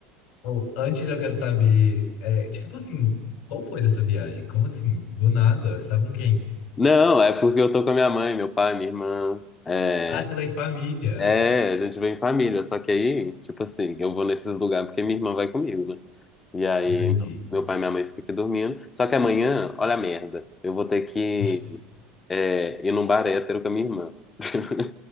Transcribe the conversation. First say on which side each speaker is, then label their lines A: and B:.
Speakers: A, on the left; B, on the left.
A: Bom, Antes eu quero saber, é, tipo assim, qual foi dessa viagem? Como assim? Do nada? Você tá com quem?
B: Não, é porque eu tô com a minha mãe, meu pai, minha irmã. É,
A: Ah, você tá em família.
B: é, a gente vem em família. Só que aí, tipo assim, eu vou nesses lugares porque minha irmã vai comigo, né? E aí,
A: Entendi.
B: meu pai e minha mãe ficam aqui dormindo. Só que amanhã, olha a merda. Eu vou ter que.
A: <laughs>
B: é, ir num bar hétero com a minha irmã. <laughs>